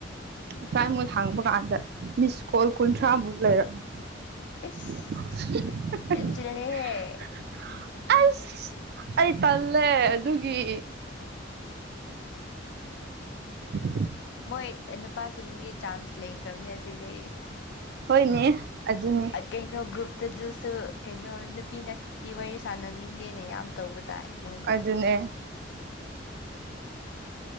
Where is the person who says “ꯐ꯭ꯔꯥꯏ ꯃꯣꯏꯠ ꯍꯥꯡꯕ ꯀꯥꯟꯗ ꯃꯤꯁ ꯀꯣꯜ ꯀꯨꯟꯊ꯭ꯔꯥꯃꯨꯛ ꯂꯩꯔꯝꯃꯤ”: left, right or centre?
Right